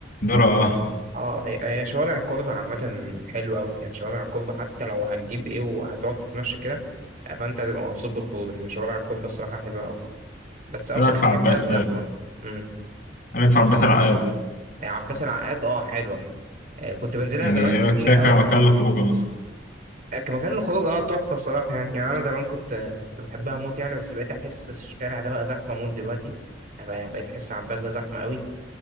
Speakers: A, on the left; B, on the right.
A: دور اه
B: اه هي هي شوارع الكوربة عامة حلوة أوي يعني شوارع الكوربة حتى لو هتجيب ايه وهتقعد تتمشى كده آه، فانت هتبقى مبسوط بالخروج لأن شوارع الكوربة الصراحة حلوة أوي بس اوسخ
A: ايه رايك في عباس
B: حاجه فيها الزحمه
A: طيب
B: امم
A: ايه رايك في عباس العقاد
B: يعني عباس العقاد اه حلوه آه، كنت بنزلها
A: يعني
B: زمان
A: ايه
B: كتير
A: رايك فيها
B: قوي
A: كمكان للخروجه مثلا
B: كمكان الخروج اه تحفه الصراحه يعني يعني انا زمان كنت كنت بحبها موت يعني بس بقيت احس الشارع ده بقى زحمه موت دلوقتي آه، بقى- بقيت احس عباس ده زحمه قوي